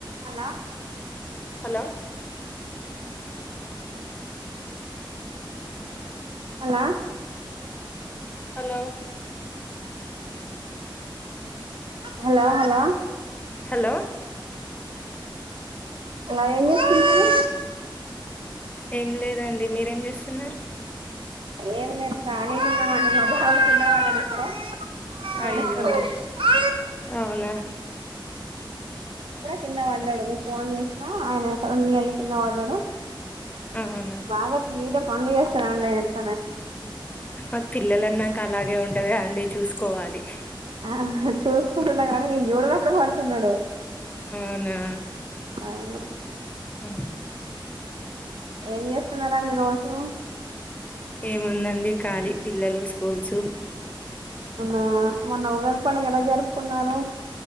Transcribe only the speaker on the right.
అన్నా
hello
hello Hello.
hello ఏం చేస్తున్నారు.
ఏం లేదు కాలిగ ఉన్నమండి మా బాబు కింద పడ్డడు. ఏడుస్తున్నడు.
ఆ
ఇప్పుడే కింద పడ్డడు మీకు ఫోన్ చేసినా ఆయన సడన్ల ఎళ్ళి కింద పడ్డడు.
బాగ తీట పనులుచేస్ తండి.
ఆ చూసుకుంటున్నా కానీ నేను చూడనప్పుడే పడుతున్నడు.
అవును.
ఏం చేస్తున్నారండీ రోజు.
ఆ మొన్న ఉగాది పండుగ ఎలా జరుపుకున్నారు?